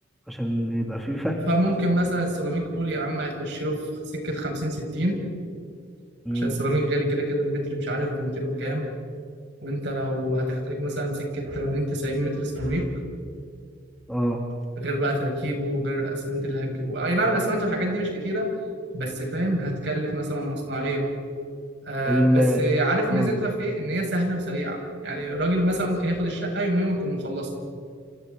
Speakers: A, in the centre; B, on the right.
A: عشان يبقى في فرق
B: فممكن مثلا السيراميك قول يا عم هيخش له في سكه 50 60
A: امم
B: عشان السيراميك غالي كده كده المتر مش عارف ب 200 وكام وانت لو هتحتاج مثلا سكه 80 90 متر سيراميك
A: اه
B: غير بقى تركيبه وغير الاسمنت اللي هتجيبوه اي نعم الاسمنت والحاجات دي مش كتيره بس فاهم هتكلف مثلا مصنعيه آه
A: ال
B: بس عارف
A: اه
B: ميزتها في ايه ان هي سهله وسريعه يعني الراجل مثلا ممكن ياخد الشقه يومين ويكون مخلصها